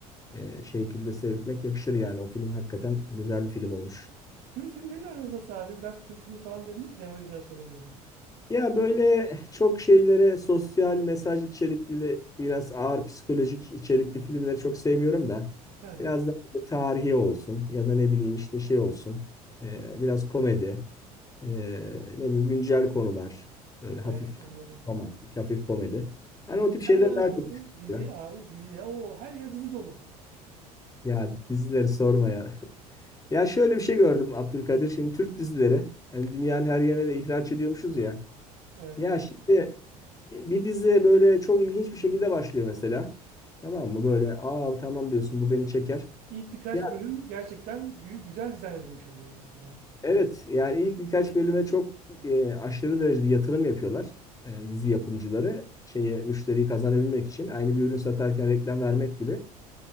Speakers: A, on the left; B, on the right.
A: e, şekilde seyretmek yakışır yani. O film hakikaten güzel bir film olmuş.
B: Türk filmleriyle aranız nasıl abi? Biraz Türk filmi falan dediniz ya o yüzden sorayım dedim.
A: Ya böyle çok şeylere sosyal mesaj içerikli biraz ağır psikolojik içerikli filmleri çok sevmiyorum da
B: He.
A: biraz da tarihi olsun ya da ne bileyim işte şey olsun Ee, biraz komedi ee, ne bileyim güncel konular böyle hafif
B: Evet anladım.
A: romantik hafif komedi yani
B: Dizilerle
A: o tip şeyler
B: aranız
A: daha çok
B: nasıl?
A: hoşuma
B: Dizi
A: gidiyor.
B: abi dizi ya. O her yer dizi dolu.
A: Ya dizileri sorma ya. <laughs> Ya şöyle bir şey gördüm Abdülkadir şimdi Türk dizileri hani dünyanın her yerine de ihraç ediyormuşuz ya.
B: Evet.
A: Ya şimdi e, bir dizi böyle çok ilginç bir şekilde başlıyor mesela. Tamam mı? Böyle aa tamam diyorsun bu beni çeker.
B: İlk birkaç
A: Ya
B: bölüm gerçekten gü- güzel dizayn edilmiş oluyor mesela.
A: evet yani ilk birkaç bölüme çok e, aşırı derecede yatırım yapıyorlar. e, dizi yapımcıları şeye müşteriyi kazanabilmek için aynı bir ürün satarken reklam vermek gibi.